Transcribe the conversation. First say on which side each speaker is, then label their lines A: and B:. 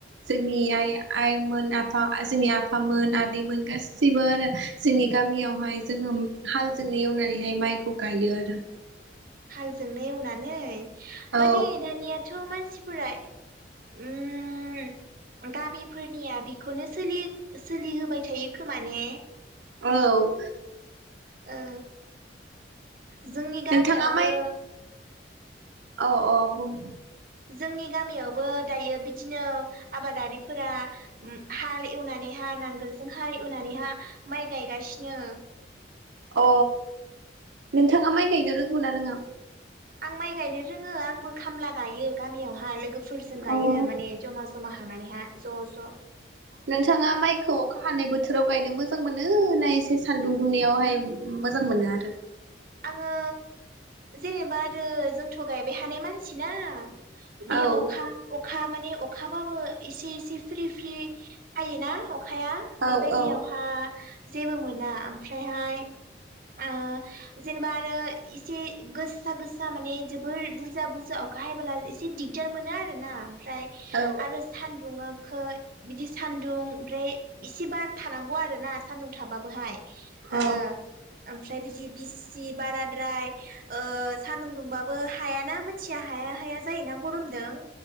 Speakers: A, on the right; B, on the right.
A: जोंनि आइ आइमोन आफा जोंनि आफामोन आदैमोन गासिबो आरो जोंनि गामियाव। बेहाय जोङो हालजोंनो एवनानैहाय माइखौ गायो आरो।
B: हालजोंनो एवनानै?
A: औ
B: माने दानियाथ' मानसिफोरा उम गामिफोरनिया बि खौनो सोलि सोलिहोबाय थायो खोमा ने?
A: औ।
B: औ। जोंनि गामियावबो
A: नोंथाङा माइ अ अ बुं।
B: जोंनि गामियावबो दायो बिदिनो आबादारिफोरा हाल एवनानैहाय नांगोलजोंहाय एवनानैहा माइ गायगासिनो।
A: अ नोंथाङा माइ गायनो रोंगौ ना रोङा?
B: आं माइ गायनो रोङो आंबो खामला गायो गामियावहाय लोगोफोर फोरजों गायो
A: अ
B: माने जमा। जमा हांनानैहा। ज' ज'
A: नोंथाङा माइखौ अखा हानाय बो थोराव गायनो मोजां मोनो ना एसे सानदुं दुंनायावहाय मोजां मोनो आरो?
B: आङो जेनेबा आरो जोंथ' गायबाय हानाय मानसि ना।
A: आरो
B: बि अखा अखा माने अखाबाबो इसे इसे फ्रि फ्रि हायोना अ खाया
A: औ
B: बेबायदियावहा
A: औ
B: जेबो मोना आमफ्रायहाय ओ जेनेबा आरो इसे गोस्सा गोस्सा माने जोबोर बुरजा बुरजा अखा हायबोला एसे दिगदार मोनो आरोना। फ्राय
A: औ
B: आरो सान्दुङा खो बिदि सान्दुं ओमफ्राय इसे बार थानांगौ आरो ना सान्दुं थाबाबोहाय।
A: औ
B: ओ। आमफ्राय बिदि बिस जि बाराद्राय ओ सान्दुं दुंबाबो हायाना मानसिया हाया हाया जायोना गरमदों।